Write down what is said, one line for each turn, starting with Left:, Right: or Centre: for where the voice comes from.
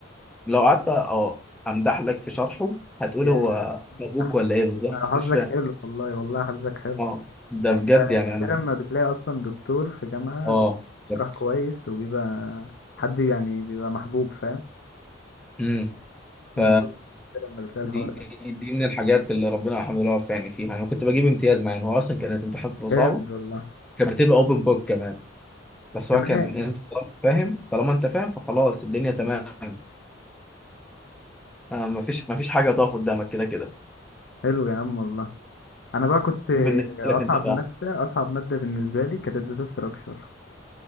Centre: لو قعدت اه امدح لك في شرحه هتقول
Left: يا
Centre: هو ابوك
Left: أحمد،
Centre: ولا ايه بالظبط
Left: أنا حظك
Centre: <laughs> مش فاهم
Left: حلو والله والله حظك حلو
Centre: اه ده
Left: يعني
Centre: بجد يعني
Left: نادرا
Centre: انا
Left: ما بتلاقي أصلا دكتور في جامعة
Centre: اه
Left: بيشرح
Centre: بجد
Left: كويس وبيبقى حد يعني بيبقى محبوب فاهم
Centre: امم ف
Left: الموضوع نادرا ما بتلاقي
Centre: دي
Left: الحوار
Centre: دي
Left: ده
Centre: دي من الحاجات اللي ربنا الحمد لله وفقني فيها انا كنت بجيب امتياز مع ان هو اصلا كانت امتحاناته
Left: جامد
Centre: صعبه
Left: والله
Centre: كانت بتبقى اوبن بوك كمان بس
Left: تمام
Centre: هو كان انت طالما فاهم طالما انت فاهم فخلاص الدنيا تمام ما فيش ما فيش حاجه تقف قدامك كده كده
Left: حلو يا عم والله أنا بقى كنت
Centre: بالنسبه
Left: أصعب
Centre: لك انت بقى
Left: مادة أصعب مادة بالنسبة لي كانت الداتا ستراكشر